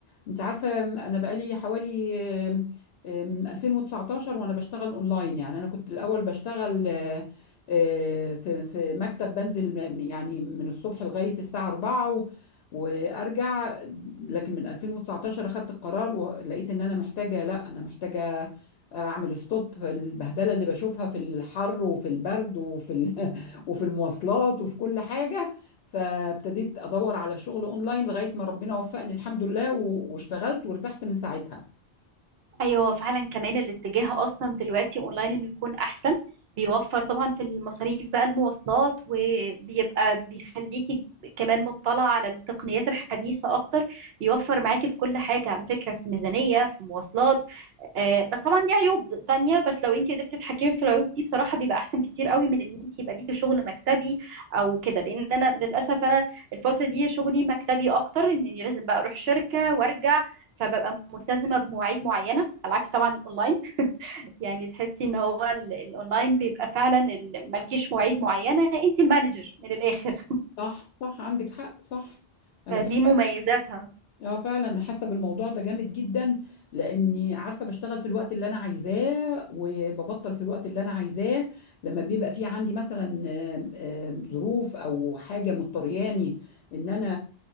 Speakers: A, on the left (about 75°); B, on the right (about 75°).
A: انت عارفه م- انا بقالي حوالي آه، آه، من 2019 وانا بشتغل اونلاين يعني انا كنت الاول بشتغل آه، آه، في في مكتب بنزل م- يعني من الصبح لغايه الساعه 4 وارجع لكن من 2019 اخدت القرار ولقيت ان انا محتاجه لا انا محتاجه اعمل ستوب البهدله اللي بشوفها في الحر وفي البرد وفي ال... <laughs> وفي المواصلات وفي كل حاجه فابتديت ادور على شغل اونلاين لغايه ما ربنا وفقني الحمد لله و... واشتغلت وارتحت من ساعتها
B: ايوه فعلا كمان الاتجاه اصلا دلوقتي اونلاين انه يكون احسن بيوفر طبعا في المصاريف بقى المواصلات وبيبقى بيخليكي كمان مطلعه على التقنيات الحديثه اكتر بيوفر معاكي في كل حاجه على فكره في ميزانيه في مواصلات آه، بس طبعا ليه عيوب تانية بس لو انت قدرتي تتحكمي في العيوب دي بصراحة بيبقى احسن كتير قوي من ان انت يبقى ليكي شغل مكتبي او كده لان انا للاسف انا الفترة دي شغلي مكتبي اكتر اني لازم بقى اروح شركة وارجع فببقى ملتزمة بمواعيد معينة على عكس طبعا الاونلاين <laughs> يعني تحسي ان هو ال- الاونلاين بيبقى فعلا ال- مالكيش مواعيد معينة انت المانجر من الاخر <laughs>
A: صح صح عندك حق صح انا
B: فدي
A: فعلا
B: مميزاتها
A: اه فعلا انا حاسه بالموضوع ده جامد جدا لاني عارفه بشتغل في الوقت اللي انا عايزاه وببطل في الوقت اللي انا عايزاه لما بيبقى في عندي مثلا آه، آه، ظروف او حاجه مضطرياني ان انا